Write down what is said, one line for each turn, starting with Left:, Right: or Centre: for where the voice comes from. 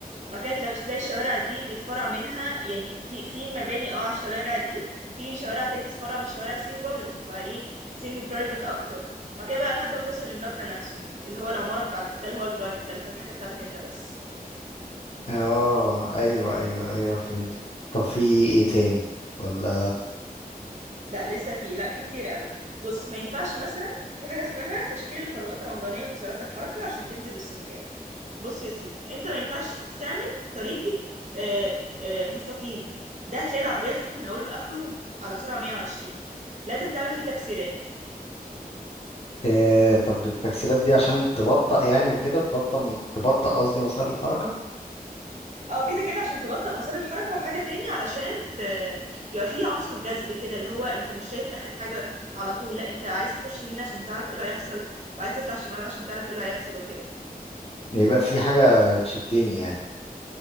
Right: وبعد كده تلاقي تلاقي الشوارع دي بيتفرع منها يعني في في مباني اه على الشوارع دي في شوارع تانية بتتفرع من الشوارع سيمي بابليك بتبقى ايه سيمي برايفت اكتر وبعد كده بقى لحد ما توصل للمبنى نفسه اللي هو العماره بتاعتك ده اللي هو البرايفت ده اللي هو الحاجه بتاعتك انت بس
Left: اه ايوه ايوه ايوه فهمتك طب في ايه تاني ولا
Right: لا لسه في لا في كتير قوي بص ما ينفعش مثلا في حاجة اسمها تشكيل الفراغات العمرانية ومسارات الحركة عشان تجذب السكان بص يا سيدي انت ما ينفعش تعمل طريق آه، آه، مستقيم ده هتلاقي العربية خدته من اوله لاخره على سرعة 120 لازم تعمل فيه تكسيرات
Left: آه طب التكسيرات دي عشان تبطأ يعني وكده تبطل تبطأ قصدي مسار الحركة
Right: اه كده كده عشان تبطئ مسار الحركة وحاجة تاني علشان ت... يبقى فيه عنصر جذب كده اللي هو انت مش شايف اخر حاجة على طول لا انت عايز تخش يمين عشان تعرف ايه اللي هيحصل وعايز تطلع شمال عشان تعرف ايه اللي هيحصل وكده
Left: يبقى في حاجة تشدني يعني